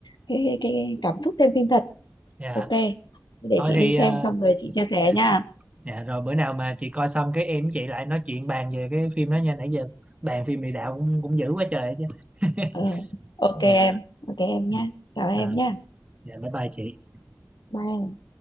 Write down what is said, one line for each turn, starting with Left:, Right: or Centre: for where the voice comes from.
Left: cái cái cái cảm xúc xem phim thật
Right: dạ
Left: ok để
Right: thôi
Left: chị
Right: thì
Left: đi
Right: ờ,
Left: xem xong rồi chị chia sẻ
Right: dạ,
Left: nha
Right: dạ, rồi bữa nào mà chị coi xong cái em với chị lại nói chuyện bàn về cái phim đó nha nãy giờ bàn phim mì đạo cũng cũng dữ quá trời chứ <laughs>
Left: ừ. ok
Right: dạ
Left: em ok em
Right: ừ.
Left: nhá chào em
Right: Ờ,
Left: nhá
Right: dạ bye bye chị
Left: bye em.